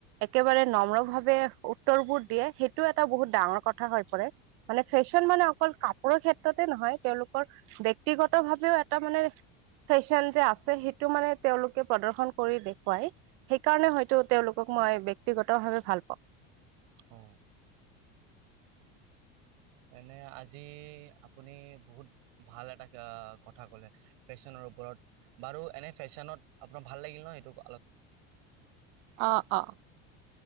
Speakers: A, on the right (about 45°); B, on the right (about 60°).
A: একেবাৰে নম্ৰ ভাৱে উত্তৰবোৰ দিয়ে সেই। টো এটা বহুত ডাঙৰ কথা হৈ পৰে মানে ফেশ্বন মানে অকল কাপোৰৰ ক্ষেত্ৰ। নহয় তেওঁলোকৰ ব্যক্তিগত ভাৱেও এটা মানে। ফেশ্বন যে আছে সেইটো মানে তেওঁলোকে প্ৰদৰ্শন কৰি দেখুৱাই সেইকাৰণে হয়তো তেওঁলোকক। মই ব্যক্তিগত ভাৱে ভাল পাওঁ।
B: অ এনে আজি আপুনি বহুত ভাল এটা কথা কলে ফেশ্বনৰ ওপৰত বাৰু এনে ফেশ্বনত আপোনাৰ ভাল লাগিল ন সেইটো অলপ।
A: অ অ